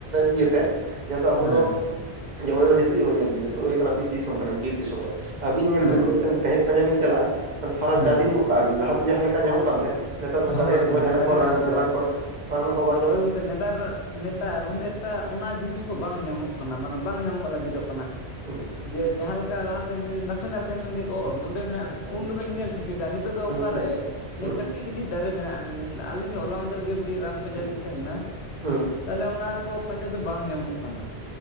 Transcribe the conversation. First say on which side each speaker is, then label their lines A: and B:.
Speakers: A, on the right (about 45°); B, on the left (about 85°).
A: ᱤᱭᱟᱹᱛᱮ᱾ ᱡᱟᱦᱟᱸ ᱫᱚ ᱟᱵᱚ
B: ᱦᱮᱸ
A: ᱫᱚ ᱡᱮᱢᱚᱱ ᱱᱤᱛᱚᱜ ᱡᱮᱢᱚᱱ ᱧᱮᱞ ᱵᱤᱱ ᱱᱤᱛᱚᱜ ᱦᱩᱭᱩᱜ ᱠᱟᱱᱟ ᱵᱤᱨ ᱫᱤᱥᱚᱢ ᱠᱟᱱᱟ ᱵᱤᱨ ᱫᱤᱥᱚᱢ ᱨᱮ ᱟᱹᱵᱤᱱ ᱧᱮᱞ
B: ᱦᱮᱸ
A: ᱵᱤᱱ ᱢᱤᱫᱴᱟᱝ ᱨᱮᱸᱦᱮᱫ ᱯᱟᱸᱡᱟ ᱵᱤᱱ ᱪᱟᱞᱟᱜᱼᱟ, ᱥᱟᱨᱟ
B: ᱦᱮᱸ
A: ᱡᱟ ᱫᱤᱱ ᱜᱚᱜ ᱠᱟᱜᱼᱵᱤᱱ, ᱞᱟᱦᱟ ᱛᱮ ᱡᱟᱦᱟᱸ ᱞᱮᱠᱟ ᱧᱟᱢᱚᱜ ᱠᱟᱱ ᱛᱟᱦᱮᱸᱫ᱾ ᱱᱮᱛᱟᱨ ᱫᱚ ᱚᱱᱠᱟ
B: ᱦᱳᱭ
A: ᱨᱮᱸᱦᱮᱫ ᱠᱚ
B: ᱜᱚᱝᱠᱮ
A: ᱦᱚᱸ ᱡᱟᱦᱟᱸᱱᱟᱜ
B: ᱥᱟᱹᱨᱤᱱᱟᱜ
A: ᱠᱚ ᱨᱟᱱ
B: ᱜᱚᱝᱠᱮ
A: ᱨᱟᱱ ᱠᱚ ᱨᱮᱱᱟᱜ ᱨᱟᱱ ᱠᱚ ᱦᱚᱸ ᱵᱟᱝᱼᱼ
B: ᱦᱳᱭ ᱜᱚᱝᱠᱮ ᱱᱮᱛᱟᱨ ᱱᱮᱛᱟᱨ ᱩᱱᱟᱹᱜ ᱮᱠᱴᱟ ᱚᱱᱟ ᱡᱤᱱᱤᱥ ᱠᱚ ᱵᱟᱝ ᱧᱟᱢᱚᱜ ᱠᱟᱱᱟ᱾ ᱢᱟᱱᱮ ᱵᱟᱝ ᱧᱟᱢᱚᱜ ᱞᱟᱹᱜᱤᱫᱚᱜ ᱠᱟᱱᱟ
A: ᱦᱩᱸ
B: ᱡᱮ ᱡᱟᱦᱟᱸ ᱞᱮᱠᱟ ᱞᱟᱦᱟ ᱛᱮ ᱱᱟᱥᱮ ᱱᱟᱥᱮ ᱞᱟᱹᱜᱤᱫ ᱚ ᱱᱸᱚᱰᱮ ᱢᱮᱱᱟ, ᱩᱱ
A: ᱦᱩᱸ
B: ᱫᱚ ᱵᱤᱱ ᱧᱮᱞ ᱴᱷᱤᱠ ᱠᱟᱜᱼᱟ, ᱱᱤᱛᱚᱜ ᱫᱚ
A: ᱦᱩᱸ
B: ᱚᱠᱟ
A: ᱦᱩᱸ
B: ᱨᱮ ᱱᱮ
A: ᱦᱩᱸ
B: ᱠᱟᱹᱴᱤᱡ᱾ <inaudible> ᱫᱟᱨᱮ ᱢᱮᱱᱟᱜᱼᱟ ᱟᱹᱞᱤᱧ ᱫᱚ ᱦᱚᱞᱟ ᱢᱟᱸᱫᱷᱮᱨ ᱜᱮ ᱢᱤᱫᱴᱤᱡ ᱨᱟᱱ ᱯᱟᱸᱡᱟ
A: ᱦᱩᱸ
B: ᱞᱤᱧ ᱥᱮᱱ ᱞᱮᱱᱟ᱾
A: ᱦᱩᱸ
B: ᱛᱟᱦᱚᱞᱮ ᱚᱱᱟ ᱠᱚ ᱯᱟᱸᱡᱟ ᱛᱮ ᱵᱟᱝ ᱧᱟᱢᱚᱜ ᱠᱟᱱᱟ᱾